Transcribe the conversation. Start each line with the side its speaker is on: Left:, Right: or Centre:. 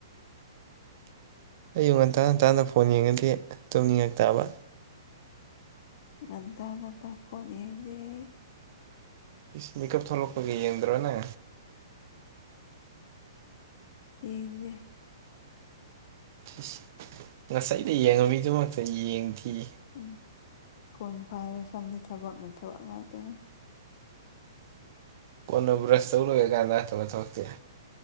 Right: ꯑꯌꯨꯛ ꯉꯟꯇꯥ ꯉꯟꯇꯥꯅ ꯐꯣꯟ ꯌꯦꯡꯉꯗꯤ ꯇꯨꯝꯅꯤꯡꯉꯛ ꯇꯥꯕ
Left: ꯉꯟꯇ ꯉꯟꯇ ꯐꯣꯟ ꯌꯦꯡꯗꯦ ꯑꯩ
Right: ꯏꯁ ꯃꯦꯀꯞ ꯊꯣꯛꯂꯛꯄꯒꯤ ꯌꯦꯡꯗ꯭ꯔꯣꯅꯦ
Left: ꯌꯦꯡꯗꯦ
Right: ꯏꯁ ꯉꯁꯥꯏꯗ ꯌꯦꯡꯉꯝꯃꯤꯗꯨꯃꯛꯇ ꯌꯦꯡꯗ‌ꯦꯌ‌ꯦ
Left: ꯎꯝ ꯐꯣꯟ ꯄꯥꯏꯕ ꯁꯪꯗꯦ ꯊꯕꯛꯅ ꯊꯕꯛ ꯉꯥꯛꯇꯅꯤ
Right: ꯀꯣꯟꯅ ꯕ꯭ꯔꯁ ꯇꯧ ꯂ‌ꯣꯏꯔꯀꯥꯟꯗ ꯇꯧꯕ ꯊꯕꯛꯇꯤ